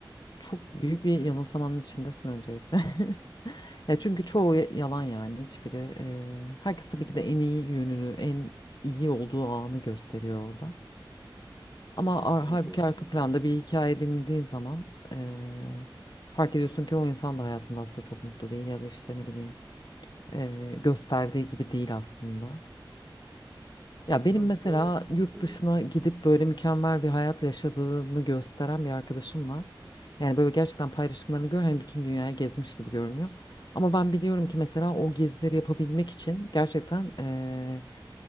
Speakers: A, on the left (about 60°); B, in the centre.
A: çok büyük bir yanılsamanın içindesin öncelikle. <laughs> Ya çünkü çoğu ya- yalan yani hiçbiri. eee, herkes tabii ki de en iyi yönünü, en iyi olduğu anı gösteriyor orada. Ama ar
B: Evet
A: halbuki
B: aslında.
A: arka planda bir hikaye dinlediğin zaman eee, fark ediyorsun ki o insan da hayatında aslında çok mutlu değil ya da işte ne bileyim eee, gösterdiği gibi değil aslında. Ya
B: Ya
A: benim
B: biraz
A: mesela
B: da
A: yurt
B: e,
A: dışına gidip böyle mükemmel bir hayat yaşadığını gösteren bir arkadaşım var. Yani böyle gerçekten paylaşımlarını gör hani bütün dünyayı gezmiş gibi görünüyor. Ama ben biliyorum ki mesela o gezileri yapabilmek için gerçekten eee,